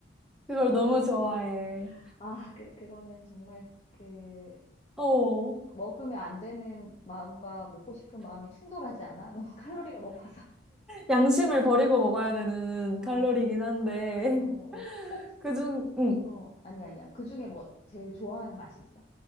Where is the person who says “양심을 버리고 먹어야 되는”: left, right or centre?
Centre